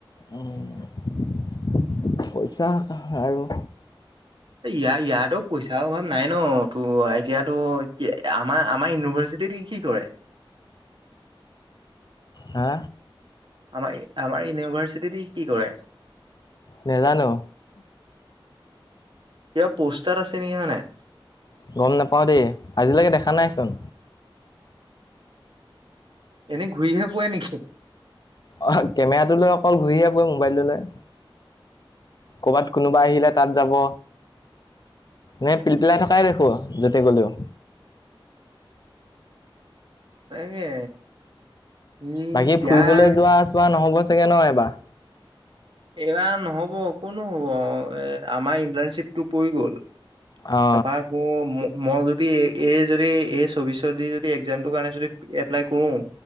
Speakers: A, on the left; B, on the right.
A: উম পইচা আৰু
B: ইয়াৰ ইয়াতো পইচাৰ অভাৱ নাই ন ত এতিয়াতো কি আমাৰ আমাৰ ইউনিভাৰ্চি ৰ্চিটিত ই কি কৰে
A: হে
B: আমাৰ আমাৰ ইউনিভাৰ্চিটি ই কি কৰে
A: নেজানো
B: ইয়াৰ পোষ্টাত আছে নি হয় নাই
A: গম নাপাওঁ দেই আজিলৈকে দেখা নাইচোন
B: এনেই ঘূৰিহে পোৱে নেকি
A: অ কেমেৰাটোলৈ অকল ঘূৰিহে ফুৰে মোবাইলটোলৈ ক'ৰবাত কোনোবা আহিলে তাত যাব নে পিলপিলাই থকাই দেখো যতে গ'লেও।
B: তাকে ই
A: বাকী
B: ইয়াৰ
A: ফুৰিবলৈ যোৱা-চোৱা নহ'ব চাগে ন' এবাৰ?
B: এইবাৰ নহ'ব, একো নহ'ব আও। এ-আমাৰ ইন্টাৰ্ণশ্বিপটো পৰি গ'ল।
A: অ
B: তাপা আকৌ ম-মই যদি এই-এই যদি এই চৌবিশৰ দি যদি এক্জামটোৰ কাৰণে যদি এপ্লাই কৰো,